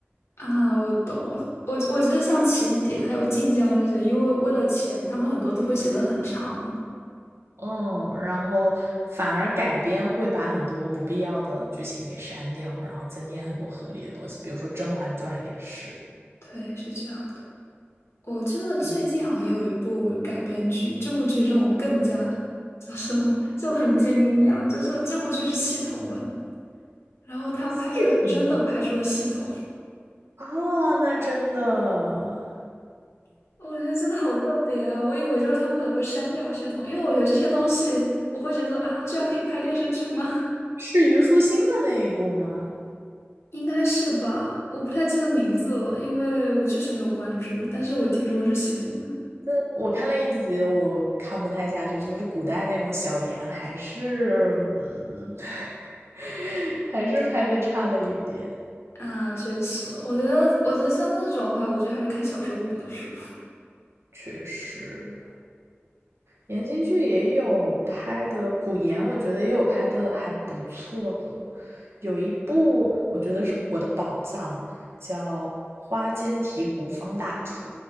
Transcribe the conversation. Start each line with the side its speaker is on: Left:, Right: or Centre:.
Left: 啊，我懂。我我记得像起点还有晋江这些，因为为了钱，他们很多都会写的很长。
Right: 嗯，然后反而改编会把很多不必要的剧情给删掉，然后增添很多合理的东西，比如说《甄嬛传》也是，
Left: 对，是这样的。我记得最近好像也有一部改编剧，
Right: 嗯，
Left: 这部剧让我更加叫什么，就很惊讶。就是这部剧是系统文，然后他拍出来是真的拍出了系统。
Right: 系统呀啊，那真的
Left: <laughs> 我觉得真的好特别啊！我以为就是他们可能会删掉系统，因为我觉得这些东西，我会觉得啊，这样可以拍电视剧吗？
Right: 是虞书欣的那一部吗？
Left: 应该是吧，我不太记得名字了，因为我确实没有关注，但是我听说是系统文
Right: 这我看了一集，我看不太下去，就是古代那种小言，还是嗯，<laughs> 还是拍的差了一点，
Left: 啊，确实，我觉得，我觉得像那种的话，我觉得还是看小说会比较舒服
Right: 确实，言情剧也有拍的，古言我觉得也有拍的还不错的，有一部我觉得是我的宝藏，叫《花间提壶方大厨》，